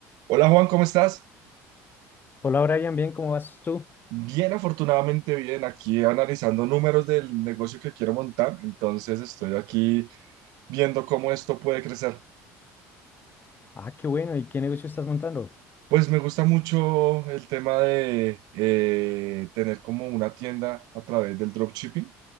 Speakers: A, on the right; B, on the left.
A: Hola Juan, ¿cómo estás?
B: Hola Brian, bien, ¿cómo vas tú?
A: Bien, afortunadamente bien, aquí analizando números del negocio que quiero montar, entonces estoy aquí viendo cómo esto puede crecer.
B: Ah, qué bueno, ¿y qué negocio estás montando?
A: Pues me gusta mucho el tema de eh, tener como una tienda a través del dropshipping,